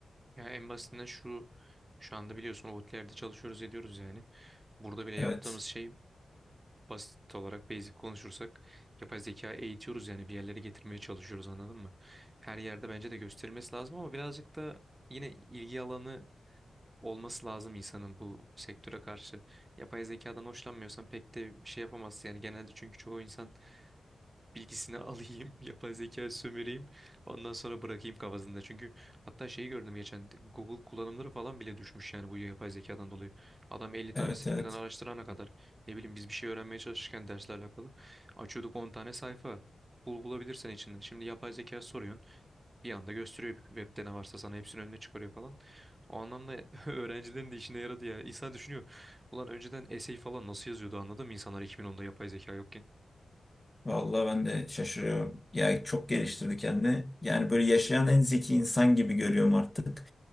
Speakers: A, on the right; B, on the left.
A: Ya en basitinden şu şu anda biliyorsun Outlier'de çalışıyoruz ediyoruz yani. Burada bile yaptığımız
B: Evet,
A: şey basit olarak basic konuşursak yapay zeka eğitiyoruz yani bir yerlere getirmeye çalışıyoruz anladın mı? Her yerde bence de gösterilmesi lazım ama birazcık da yine ilgi alanı olması lazım insanın bu sektöre karşı. Yapay zekadan hoşlanmıyorsan pek de bir şey yapamazsın yani genelde çünkü çoğu insan bilgisini alayım, <laughs> yapay zeka sömüreyim, ondan sonra bırakayım kafasında. Çünkü hatta şeyi gördüm geçen Google kullanımları falan bile düşmüş yani bu yapay zekadan dolayı. Adam 50 tane
B: evet,
A: sekmeden
B: evet.
A: araştırana kadar ne bileyim biz bir şey öğrenmeye çalışırken dersle alakalı açıyorduk 10 tane sayfa. Bul bulabilirsen içinden. Şimdi yapay zeka soruyorsun. Bir anda gösteriyor webde ne varsa sana hepsinin önüne çıkarıyor falan. O anlamda <laughs> öğrencilerin de işine yaradı ya. İnsan düşünüyor. Ulan önceden essay falan nasıl yazıyordu anladın mı insanlar 2010'da yapay zeka yokken?
B: Vallahi ben de şaşırıyorum. Yani çok geliştirdi kendini. Yani böyle yaşayan en zeki insan gibi görüyorum artık.